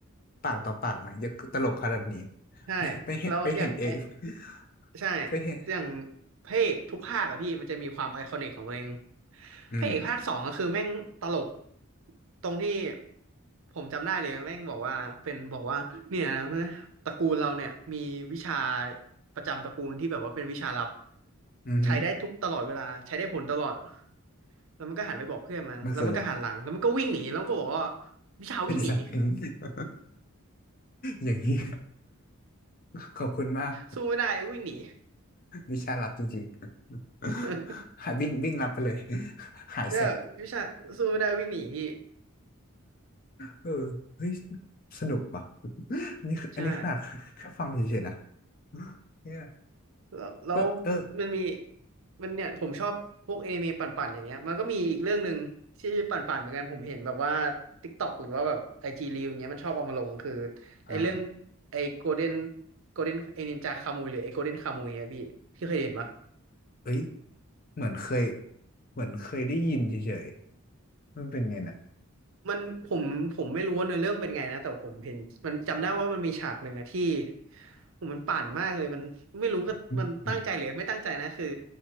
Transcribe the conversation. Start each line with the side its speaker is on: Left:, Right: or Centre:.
Left: ปากต่อปากนะยังตลกขนาดนี้
Right: ใช่
Left: <laughs> ไปไปเห็นไปเห็นเอง
Right: แล้วอย่างไอ
Left: <laughs>
Right: ใช่
Left: ไปเห็น
Right: อย่างพระเอกทุกภาคอะพี่มันจะมีความไอคอนิกของตัวเอง
Left: อืม
Right: พระเอกภาคสองก็คือแม่งตลกตรงที่ผมจำได้เลยแม่งบอกว่าเป็นบอกว่าเนี่ยนะตระกูลเราเนี่ยมีวิชาประจำตระกูลที่แบบว่าเป็นวิชาลับ
Left: อือหือ
Right: ใช้ได้ทุกตลอดเวลาใช้ได้ผลตลอด แล้วมันก็หันไปบอกเพื่อนมันแล้วมันก็หันหลังแล้วมันก็วิ่งหนีแล้วมันก็บอกว่า
Left: มันคืออะไร <laughs>
Right: วิชาวิ่งหนี
Left: ไอ้สัตว์ <laughs> อย่างนี้ <laughs> ขอบคุณมาก
Right: สู้ไม่ได้วิ่งหนี
Left: วิชาลับจริงๆ
Right: <laughs>
Left: <laughs> หายวิ่งวิ่งลับไปเลย <laughs> หายแสบ
Right: เน้่ยวิชาสู้ไม่ได้วิ่งหนีพี่
Left: เออเฮ้ย สนุกว่ะนี่คืออันนี้ขนาดแค่ฟังเฉยๆนะ
Right: ใช่
Left: <laughs> เนี่ย
Right: แล้วแล้ว
Left: ก็เออ
Right: มันมีมันเนี่ยผมชอบพวกเอนิเมะปั่นๆอย่างเงี้ยมันก็มีอีกเรื่องหนึ่งที่ปั่นๆเหมือนกันผมเห็นแบบว่า TikTok หรือว่าแบบไอจีรีวอย่างเงี้ยมันชอบเอามาลงคือ
Left: อ่า
Right: ไอเรื่องไอโกลเด้นโกลเด้นไอนินจาคามุยหรือไอโกลเด้นคามุยอะพี่พี่เคยเห็นปะ
Left: เอ้ย เหมือนเคยเหมือนเคยได้ยินเฉยๆมันเป็นไงนะ
Right: มันผมผมไม่รู้ว่าเนื้อเรื่องเป็นไงนะแต่ผมเห็นมันจำได้ว่ามันมีฉากหนึ่งอะที่ผมมันปั่นมากเลยมันไม่รู้ก็มันตั้งใจหรือไม่ตั้งใจนะคือ
Left: อืมอืม